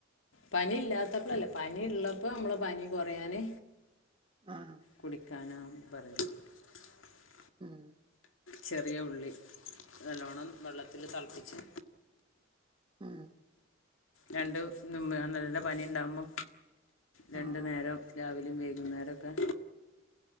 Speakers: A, on the left (about 90°); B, on the right (about 25°).
A: പനി ഇല്ലാത്തപ്പളല്ല പനി ഇള്ള പ്പനമ്മള പനി കൊറയാന്
B: ആഹ്
A: കുടിക്ക് <unintelligible>
B: ആഹ്
A: ചെറിയ ഉള്ളി നല്ലോണം വെള്ളത്തില് തളപ്പിച്ച്
B: ആഹ്
A: രണ്ട് ന് മ നല്ല പനിണ്ടാവ്മ്പോ രണ്ടു
B: ആഹ്
A: നേരം രാവിൽ വൈകുന്നേരൊക്കെ